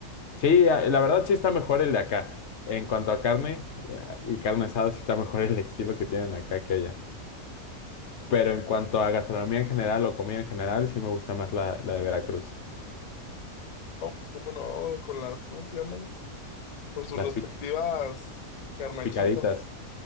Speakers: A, on the left; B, on the left.
A: Sí, a- la verdad sí está mejor el de acá. En cuanto a carne eh, y carne asada, sí está mejor el estilo que tienen acá que allá. Pero en cuanto a gastronomía en general o comida en general, sí me gusta más la, la de Veracruz.
B: Oh, pues cómo no, con las, ¿cómo se llaman? Con sus
A: Las
B: respectivas
A: pi-
B: garnachitas.
A: picaditas,